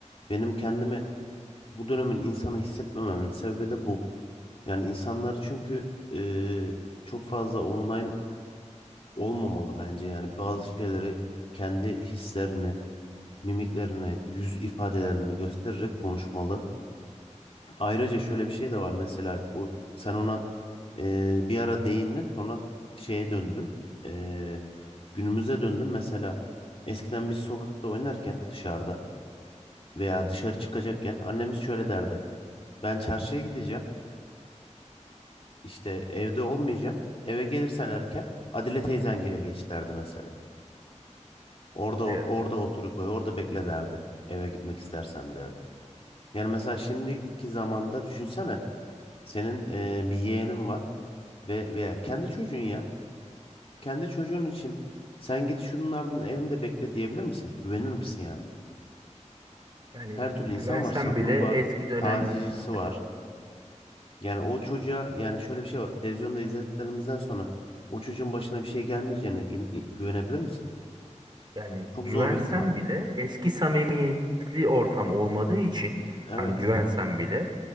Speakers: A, on the left; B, on the right.
A: benim kendimi bu dönemin insanı hissetmememin sebebi de bu. Yani insanları çünkü e, çok fazla online olmamalı bence. Yani bazı şeyleri kendi hislerini, mimiklerini, yüz ifadelerini göstererek konuşmalı. Ayrıca şöyle bir şey de var mesela o sen ona Ee, bir ara değindin sonra şeye döndün. Ee, günümüze döndün. Mesela eskiden biz sokakta oynarken dışarıda veya dışarı çıkacakken annemiz şöyle derdi. Ben çarşıya gideceğim. işte evde olmayacağım. Eve gelirsen erken Adile teyzengile geç derdi mesela. Orada
B: Evet.
A: orada otur koy orada bekle derdi. Eve gitmek istersen derdi. Yani mesela şimdiki zamanda düşünsene senin e, bir yeğenin var ve veya kendi çocuğun ya. kendi çocuğun için sen git şunun ardının evinde bekle diyebilir misin? Güvenir misin yani?
B: Yani
A: Her türlü
B: güvensen
A: insan var. Sapığı
B: bile
A: var.
B: eski dönem
A: Tazicisi var.
B: yani
A: Yani o çocuğa yani şöyle bir şey var. Televizyonda izlediklerimizden sonra o çocuğun başına bir şey gelmeyeceğine in- i- güvenebilir misin?
B: Yani
A: Çok
B: güvensem
A: zor bir ihtimal.
B: bile eski samimiyetli ortam olmadığı için
A: Evet.
B: hani güvensem bile